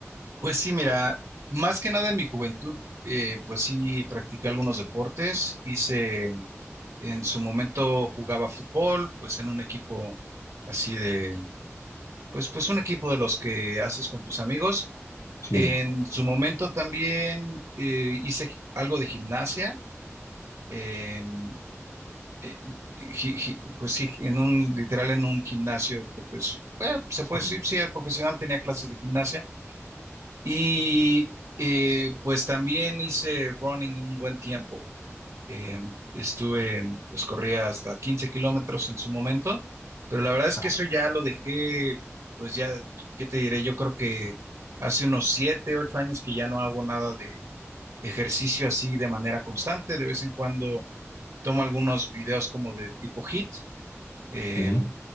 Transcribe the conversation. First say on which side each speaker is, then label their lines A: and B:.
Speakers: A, on the right (about 75°); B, on the left (about 85°).
A: Pues sí, mira, más que nada en mi juventud, eh, pues sí, practiqué algunos deportes, hice, en su momento jugaba fútbol, pues en un equipo así de, pues, pues un equipo de los que haces con tus amigos.
B: Sí.
A: En su momento también eh, hice algo de gimnasia. em, eh, gi- gi- pues sí, en un, literal en un gimnasio profesional. se
B: Sí.
A: puede decir, sí, el profesional tenía clases de gimnasia. Y eh, pues también hice running un buen tiempo. Eh, estuve, pues corría hasta 15 kilómetros en su momento, pero la verdad es
B: Ah.
A: que eso ya lo dejé, pues ya, ¿qué te diré? Yo creo que hace unos 7, 8 años que ya no hago nada de ejercicio así de manera constante. De vez en cuando tomo algunos videos como de tipo HIIT eh,
B: Sí,